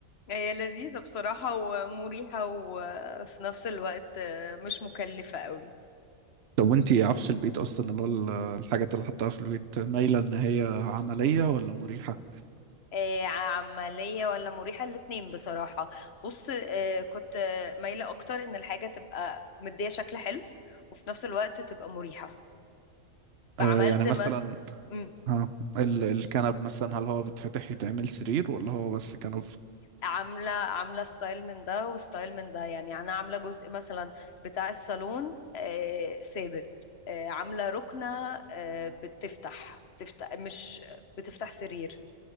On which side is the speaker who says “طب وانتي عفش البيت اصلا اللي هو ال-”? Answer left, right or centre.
Right